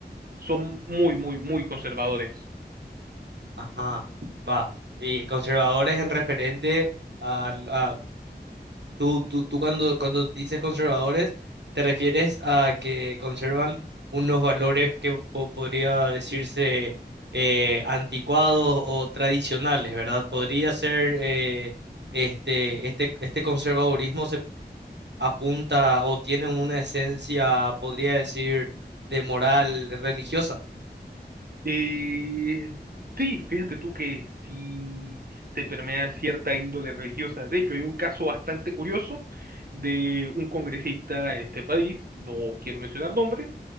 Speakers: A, on the right (about 60°); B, on the right (about 80°).
A: Son muy, muy, muy conservadores.
B: Ajá, va. Y conservadores en referente al- a, tú, tú, tú cuando, cuando dices conservadores, te refieres a que conservan unos valores que po- podría decirse eh, anticuados o tradicionales, ¿verdad? Podría ser eh, este, este, este conservadurismo se apunta o tiene una esencia, podría decir, de moral religiosa.
A: Y sí, fíjate tú que sí se permea cierta índole religiosa. De hecho, hay un caso bastante curioso de un congresista en este país, no quiero mencionar nombres,